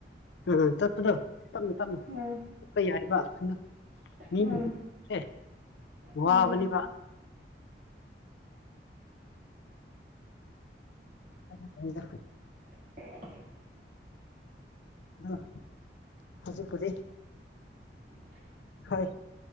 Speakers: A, on the left (about 75°); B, on the right (about 45°).
A: ꯎꯝ ꯆꯠꯄꯗꯣ ꯇꯞꯅ ꯇꯞꯅ
B: ꯎꯝ
A: ꯆꯠꯄ ꯌꯥꯏꯑꯕ ꯑꯗꯣ <unintelligible>
B: ꯎꯝ ꯎꯝ
A: ꯋꯥꯕꯅꯤꯕ ꯑꯗꯨꯒꯤꯅꯤꯗ
B: <unintelligible>
A: ꯑꯗ‌ꯣ ꯍꯧꯖꯤꯛꯄꯨꯗꯤ
B: <unintelligible>
A: ꯍꯣꯏ